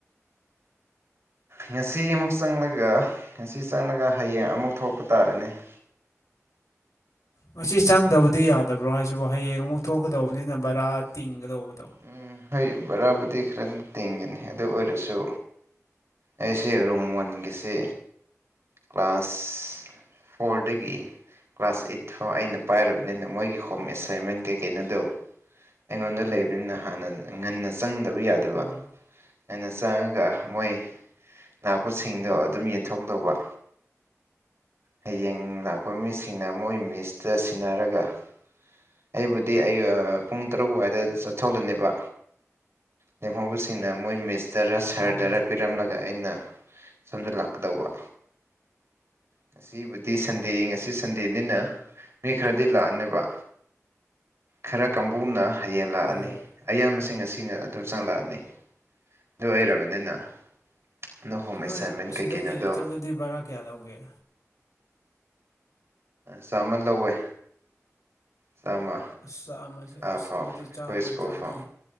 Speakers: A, on the right; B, on the left.
A: ꯉꯁꯤ ꯑꯃꯨꯛ ꯆꯪꯂꯒ ꯉꯁꯤ ꯆꯪꯂꯒ ꯍꯌꯦꯡ ꯑꯃꯨꯛ ꯊꯣꯛꯄ ꯇꯥꯔꯅꯤ <inaudible>
B: ꯉꯁꯤ ꯆꯪꯗꯕꯗꯤ ꯌꯥꯗꯕ꯭ꯔꯣ ꯍꯥꯏꯁꯤꯕꯨ ꯍꯌꯦꯡ ꯑꯃꯨꯛ ꯊꯣꯛꯀꯗꯧꯕꯅꯤꯅ ꯕꯔꯥ ꯇꯤꯡ ꯒꯗꯧꯕꯗꯣ
A: ꯎꯝ ꯍꯣꯏ ꯕꯔꯥꯕꯨꯗꯤ ꯈꯔ ꯇꯤꯡꯒꯅꯤ ꯑꯗꯨ ꯑꯣꯏꯔꯁꯨ ꯑꯩꯁꯦ ꯔꯨꯝ ꯋꯥꯟꯒꯤꯁꯤ ꯀ꯭ꯂꯥꯁ ꯐꯣꯔꯇꯒꯤ ꯀ꯭ꯂꯥꯁ ꯑꯩꯠ ꯐꯥꯎ ꯑꯩꯅ ꯄꯥꯏꯔꯕꯅꯤꯅ ꯃꯣꯏꯒꯤ ꯍꯣꯝ ꯑꯦꯁꯥꯏꯟꯃꯦꯟ ꯀꯩꯀꯩꯅꯣꯗꯣ ꯑꯩꯉꯣꯟ ꯂꯩ ꯑꯗꯨꯅ ꯍꯥꯟꯅ ꯉꯟꯅ ꯆꯪꯗꯕ ꯌꯥꯗꯕ
B: ꯎꯝ
A: ꯉꯟꯅ ꯆꯪꯉꯒ ꯃꯣꯏ ꯅꯥꯛꯄꯁꯤꯡꯗꯣ
B: ꯎꯝ
A: ꯑꯗꯨꯝ ꯌꯦꯟꯊꯣꯛꯀꯗꯧꯕ ꯍꯌꯦꯡ ꯂꯥꯛꯄ ꯃꯤꯁꯤꯡꯅ ꯃꯣꯏ ꯃꯤꯁꯇ ꯁꯤꯟꯅꯔꯒ ꯑꯩꯕꯨꯗꯤ ꯑꯩꯒ ꯄꯨꯡ ꯇꯔꯨꯛ ꯑꯗꯨꯏꯗ ꯆꯠ ꯆꯊꯣꯛꯂꯅꯤꯕ ꯂꯦꯝꯍꯧꯕꯁꯤꯡꯅ ꯃꯣꯏ ꯃꯤꯁꯇꯔ ꯁꯍꯔꯗꯔ
B: ꯎꯝ
A: ꯄꯤꯔꯝꯂꯒ ꯑꯩꯅ ꯁꯣꯝꯗ ꯂꯥꯛꯀꯗꯧꯕ ꯉꯁꯤꯕꯨꯗꯤ ꯁꯟꯗꯦ ꯉꯁꯤ ꯁꯟꯗꯦꯅꯤꯅ ꯃꯤ ꯈꯔꯗꯤ ꯂꯥꯛꯑꯅꯦꯕ ꯈꯔ ꯀꯥꯡꯕꯨꯅ ꯍꯌꯦꯡ ꯂꯥꯛꯑꯅꯤ
B: ꯍꯣꯏ ꯍꯣꯏ
A: ꯑꯌꯥꯝꯕꯁꯤꯡ ꯉꯥꯁꯤ ꯑꯩꯅ ꯑꯗꯨꯝ ꯆꯪꯂꯪꯂꯛꯑꯅꯤ ꯑꯗꯨ ꯑꯣꯏꯔꯕꯅꯤꯅ ꯑꯗꯣ ꯍꯣꯝ
B: ꯅꯥꯏ
A: ꯑꯦꯁꯥꯏꯟꯃꯦꯟ
B: ꯑꯁꯤꯗꯒꯤ
A: ꯀꯩꯀꯩꯅꯣꯗꯣ
B: ꯆꯠꯂꯗꯤ ꯚꯔꯥ ꯀꯌꯥ ꯂꯧꯒꯦ
A: ꯆꯥꯃꯟ ꯂꯧꯋꯦ ꯆꯝꯃ
B: ꯑꯁ ꯆꯥꯝꯃꯁꯦ
A: ꯑꯥ
B: ꯑꯁ
A: ꯐꯥꯎ
B: ꯑꯗꯨꯗꯤ
A: ꯑꯩꯈꯣꯏ
B: ꯆꯥꯝꯃ
A: ꯁ꯭ꯀꯨꯜ
B: ꯆꯥꯅꯤ
A: ꯐꯥꯎ